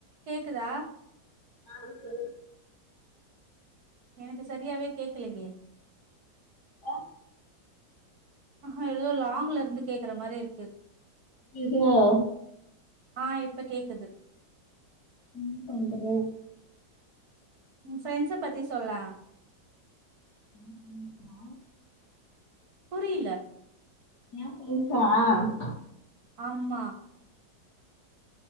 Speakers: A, on the right; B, on the left.
A: கேக்குதா
B: அ சொல்லு
A: எனக்கு சரியாவே கேக்கலையே
B: ஆ
A: ஆஹா எதோ லாங்ல இருந்து கேக்குற மாரி இருக்கு
B: இதுவா
A: அ இப்ப கேக்குது
B: என்ன பண்றது
A: உ ஃப்ரெண்ட்ஸ பத்தி சொல்லே
B: <unintelligible>
A: புரியில
B: எ <unintelligible>
A: ஆம்மா